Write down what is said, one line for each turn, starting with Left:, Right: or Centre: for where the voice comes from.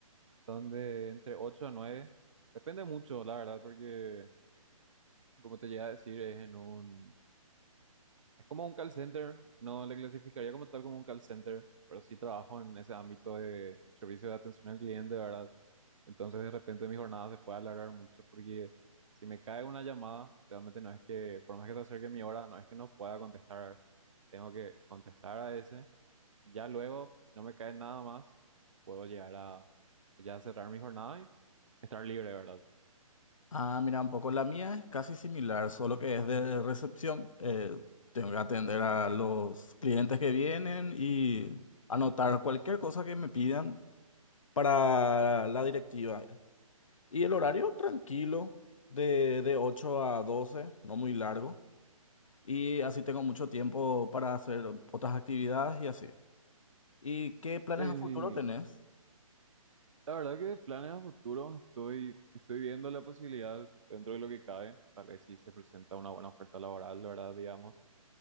Right: Son de entre ocho a nueve Depende mucho, la verdad, porque como te llegué a decir, es en un... Es como un call center. No le clasificaría como tal como un call center, pero sí trabajo en ese ámbito de servicio de atención al cliente, ¿verdad? Entonces de repente mi jornada se puede alargar mucho porque si me cae una llamada, realmente no es que, por más que te acerque mi hora, no es que no pueda contestar. Tengo que contestar a ese y ya luego, si no me cae nada más, puedo llegar a ya cerrar mi jornada y estar libre, ¿verdad?
Left: Ah, mira, un poco la mía es casi similar, solo que es de recepción. eh, tengo que atender a los clientes que vienen y anotar cualquier cosa que me pidan para la directiva. Y el horario tranquilo, de, de ocho a doce no muy largo. Y así tengo mucho tiempo para hacer otras actividades y así. ¿Y qué planes
Right: Eh,
Left: a futuro tenés?
Right: La verdad que de planes a futuro estoy, estoy viendo la posibilidad dentro de lo que cabe, tal vez si se presenta una buena oferta laboral, la verdad, digamos,